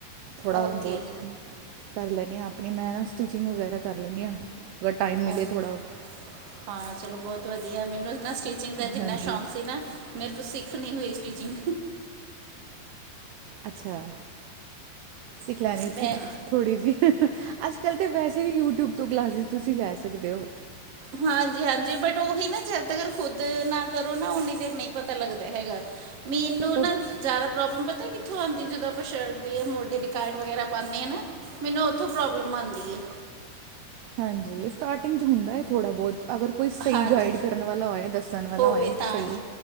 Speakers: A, on the right (about 80°); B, on the right (about 45°).
A: ਥੋੜ੍ਹਾ
B: ਓਕੇ
A: ਬੋਤ। ਕਰ ਲੈਨੀ ਆ, ਆਪਣੀ ਮੈਂ ਨਾ ਸਟਿਚਿੰਗ ਵਗੈਰਾ ਕਰ ਲੈਂਨੀ ਆ, ਅਗਰ ਟਾਈਮ ਮਿਲੇ
B: ਓਕੇ
A: ਥੋੜ੍ਹਾ।
B: ਹਾਂ ਚਲੋ ਬੋਤ ਵਧੀਆ ਮੈਨੂੰ ਨਾ ਸਟਿਚਿੰਗ ਦਾ ਜਿੰਨਾ
A: ਹਾਂਜੀ
B: ਸ਼ੌਕ ਸੀ ਨਾ ਮੇਰੇ ਤੋਂ ਸਿੱਖ ਨੀ ਹੋਈ ਸਟੀਚਿੰਗ।
A: ਅੱਛਾ, ਸਿੱਖ ਲੈਣੀ ਸੀ
B: ਮੈਂ
A: ਤੂੰ ਥੋੜ੍ਹੀ ਜੀ ਅੱਜ ਕੱਲ੍ਹ ਤਾਂ ਵੈਸੇ ਵੀ ਯੂਟਿਊਬ ਤੋਂ ਕਲਾਸਿਸ ਤੁਸੀਂ ਲੈ ਸਕਦੇ ਓ।
B: ਹਾਂਜੀ-ਹਾਂਜੀ, ਬਟ ਓਹੀ ਨਾ ਜਦ ਤੱਕ ਖੁੱਦ ਨਾ ਕਰੋ ਨਾ ਓਨੀ ਦੇਰ ਨਈ ਪਤਾ ਲੱਗਦਾ ਹੈਗਾ। ਮੀਨੂੰ
A: ਮਤਲਬ
B: ਨਾ ਜਾਦਾ ਪ੍ਰੋਬਲਮ ਪਤਾ ਕਿੱਥੋਂ ਆਂਦੀ, ਜਦੋਂ ਆਪਾਂ ਸ਼ਰਟ ਦੀ ਜਾਂ ਮੋਢੇ ਦੀ ਕਾਰਟ ਵਗੈਰਾ ਪਾਨੇ ਆ ਨਾ। ਮੈਨੂੰ ਓਥੋਂ ਪ੍ਰੋਬਲਮ ਆਂਦੀ ਏ।
A: ਹਾਂਜੀਓ ਸਟਾਰਟਿੰਗ ਚ ਹੁੰਦਾ ਏ ਥੋੜ੍ਹਾ ਬੋਤ ਅਗਰ ਕੋਈ ਸਈ
B: ਹਾਂਜੀ
A: ਗਾਈਡ ਕਰਨ ਵਾਲਾ ਹੋਏ ਦੱਸਣ ਵਾਲਾ
B: ਹੋਵੇ
A: ਹੋਏ
B: ਤਾਂ
A: ਸਈ
B: ਹੀ